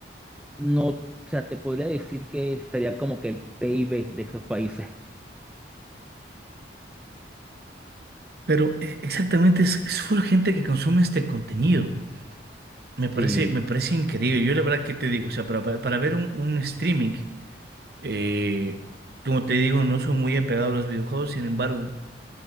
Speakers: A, in the centre; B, on the right (about 55°).
A: no, o sea, te podría decir que sería como que el PIB de esos países.
B: Pero eh, exactamente es, es full gente que consume este contenido. Me parece,
A: Sí,
B: me parece increíble. Yo la verdad que te digo, o sea, para, para- para ver un, un streaming, eh, como te digo, no soy muy apegado a los videojuegos, sin embargo,